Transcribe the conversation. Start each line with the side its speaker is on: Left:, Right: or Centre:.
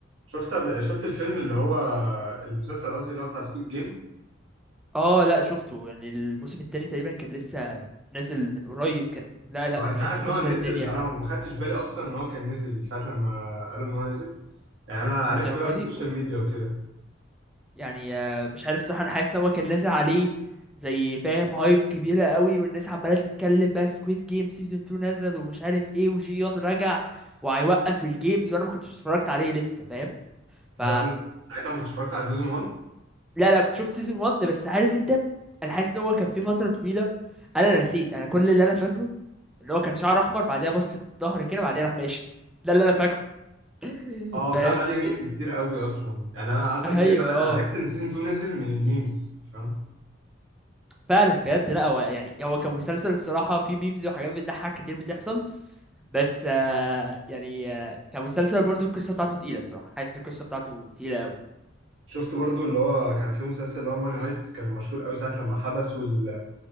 Right: شفت قبل- شفت الفيلم اللي هو المسلسل قصدي اللي هو بتاع سكوت جيم
Centre: اه لا شفته يعني الموسم التاني تقريبا كان لسه نازل من قريب كان لا لا انا
Right: انت
Centre: شفته
Right: عارف ان
Centre: كسر
Right: هو نزل
Centre: الدنيا
Right: انا
Centre: يعني
Right: ما خدتش بالي اصلا ان هو كان نزل ساعه لما قالوا ان هو نزل يعني انا عرفت
Centre: للدرجه
Right: بقى من
Centre: دي
Right: السوشيال
Centre: أوف.
Right: ميديا وكده
Centre: يعني آه، مش عارف صح انا حاسس ان هو كان نازل عليه زي فاهم هايب كبيره قوي والناس عماله تتكلم بقى سكويد جيم سيزون 2 نزل ومش عارف ايه وجيون رجع وهيوقف الجيمز وانا ما كنتش اتفرجت عليه لسه فاهم
Right: انت
Centre: ف
Right: عارف- ساعتها ما كنتش اتفرجت على سيزون 1
Centre: لا لا كنت شفت سيزون 1 بس عارف انت انا حاسس ان هو كان في فتره طويله انا نسيت انا كل اللي انا فاكره اللي هو كان شعره احمر بعدها بص في ظهري كده بعدها راح ماشي ده اللي انا فاكره <laughs>
Right: اه واتعمل
Centre: فاهم
Right: عليه
Centre: دي
Right: ميمز كتير قوي اصلا يعني انا اصلا
Centre: ايوه
Right: تقريبا
Centre: اه
Right: انا عرفت ان سيزون 2 نزل من الميمز فاهم
Centre: فعلا بجد لا هو يعني هو كمسلسل الصراحه في ميمز وحاجات بتضحك كتير بتحصل بس آه يعني آه كمسلسل برضو القصه بتاعته تقيله الصراحه حاسس القصه بتاعته تقيله قوي
Right: شفت برضو اللي هو كان فيه مسلسل اللي هو ماني هايست كان مشهور قوي ساعه لما حبسوا ال-